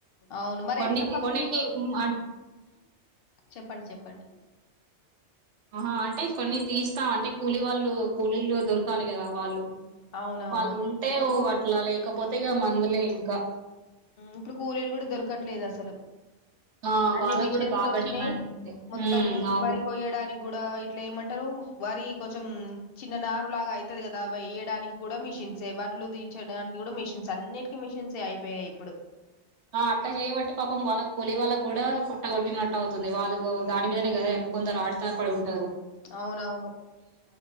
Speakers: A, on the left; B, on the right.
A: అవును మరి
B: కొన్నితి
A: ఎట్లా ఫస్ట్
B: కొన్నిటికి
A: మీకు
B: ఉమ్ ఆ
A: చెప్పండి చెప్పండి
B: అహా అంటే కొన్ని తీస్తాం అంటే కూలీ వాళ్ళు కూలీళ్ళు దొరకాలి గదా వాళ్ళు,
A: అవునవును
B: వాళ్ళు ఉంటే
A: ఇప్పుడు కూ
B: అట్లా లేకపోతే ఇగ మందు లే ఇంకా
A: ఇప్పుడు కూలీలు గూడ దొరకట్లేదసలు
B: ఆ
A: అన్ని
B: వాళ్ళకు
A: మిషన్స్
B: కూడా బాగా
A: వచ్చినయి,
B: డిమాండ్ ఉంది
A: మొత్తం
B: ఉమ్ అవును
A: వరి కొయ్యడానికి గుడా ఇట్లెమంటరు వరి కొంచెం చిన్న నారు లాగా అయితది గదా అవెయ్యడానికి గూడ మిషన్ షిన్సే వాడ్లు దించడానికి గూడ మిషన్స్ అన్నిటికీ మిషన్సే అయిపోయినప్పుడు
B: ఆ అట్ట చేయ్యబట్టి పాపం వాళ్ళ కూలి వాళ్ళగ్గుడా పుట్టగొట్టినట్టవుతుంది వాళ్ళు దాని మీదనే గదా కొందరు ఆడతాపడి ఉంటరు
A: అవునవును